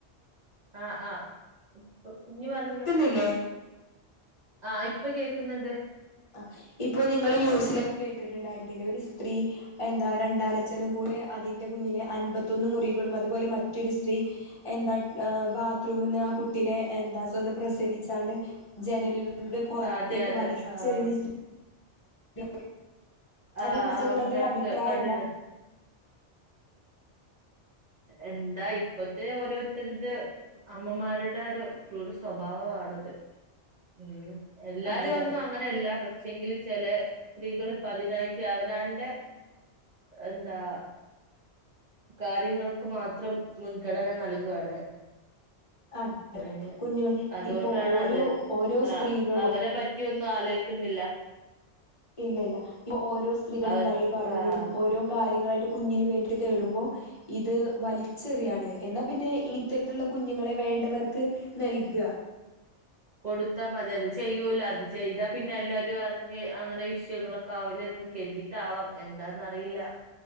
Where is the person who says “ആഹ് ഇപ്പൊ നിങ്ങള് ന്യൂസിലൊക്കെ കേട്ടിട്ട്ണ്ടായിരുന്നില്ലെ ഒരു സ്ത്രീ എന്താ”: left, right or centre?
Left